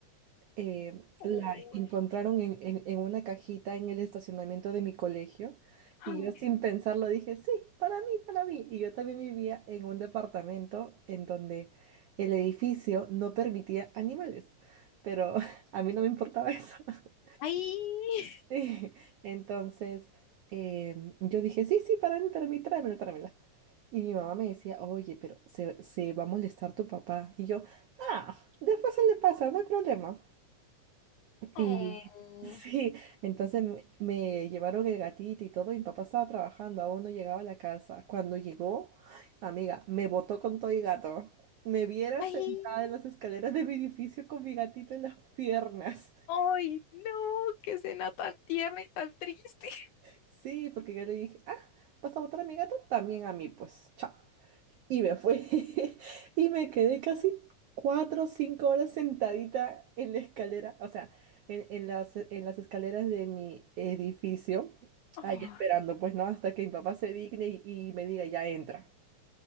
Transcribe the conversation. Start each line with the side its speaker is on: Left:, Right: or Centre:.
Right: eh,
Left: Oh,
Right: la encontraron en, en- en una cajita en el estacionamiento de mi colegio y
Left: ay,
Right: yo sin pensarlo dije, sí, para mí, para mí. Y yo también vivía en un departamento en donde el edificio no permitía animales, pero <laughs> a mí no me importaba eso. <laughs>
Left: ay,
Right: Sí, entonces em, yo dije, sí, sí, para mí, para mí, tráemela, tráemela. Y mi mamá me decía, oye, pero se, se va a molestar tu papá. Y yo, ah, después se le pasa, no hay problema. Y
Left: oh,
Right: <laughs> sí, entonces me, me llevaron el gatito y todo, y mi papá estaba trabajando, aún no llegaba a la casa. Cuando llegó, amiga, me botó con todo y gato. Me viera
Left: ay,
Right: sentada en las escaleras de mi edificio con mi gatito en las piernas. <laughs>
Left: ay, no, qué cena tan tierna y tan triste.
Right: Sí, porque yo le dije, ah, ¿vas a botar a mi gato? También a mí, pues, chao. Y me fui <laughs> y me quedé casi cuatro o cinco horas sentadita en la escalera, o sea, en, en las, en las escaleras de mi edificio,
Left: Ay,
Right: ahí esperando, pues no, hasta que mi papá se digne y, y me diga, ya entra.